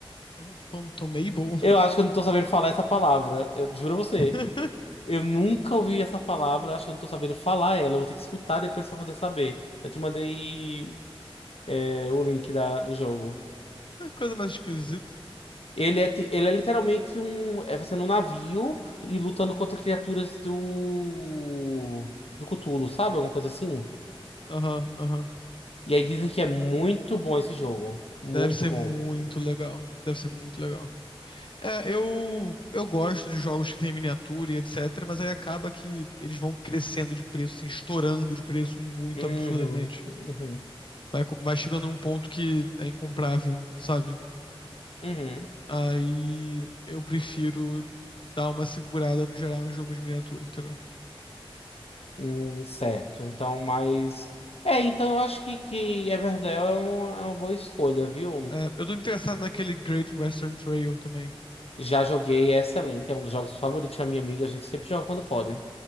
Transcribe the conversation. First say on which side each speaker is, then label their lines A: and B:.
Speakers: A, on the left; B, on the left.
A: É Um Phantom Mabel.
B: Eu acho que eu não tô sabendo falar essa palavra. Eu juro a você.
A: <laughs>
B: Eu nunca ouvi essa palavra, acho que eu não tô sabendo falar ela. Eu vou ter que escutar depois pra poder saber. Eu te mandei, é, o link da, do jogo.
A: Coisa mais esquisita.
B: Ele é, ti- ele é literalmente um. É você num navio e lutando contra criaturas do. Do Cthulhu, sabe? Alguma coisa assim.
A: Aham, aham.
B: E aí dizem que é muito bom esse jogo. Muito
A: Deve ser
B: bom.
A: muito legal. Deve ser muito legal. É, eu, eu gosto de jogos que tem miniatura e etc, mas aí acaba que eles vão crescendo de preço, assim, estourando de preço muito
B: Uhum,
A: absurdamente.
B: uhum,
A: Vai, co- vai chegando num ponto que é incomprável, sabe?
B: uhum.
A: Aí eu prefiro dar uma segurada no geral em jogo de miniatura, entendeu?
B: Hum, certo. Então, mas. É, então eu acho que, que Everdell é, um, é uma boa escolha, viu?
A: É, eu tô interessado naquele Great Western Trail também.
B: Já joguei, é excelente, é um dos jogos favoritos da minha amiga, a gente sempre joga quando pode.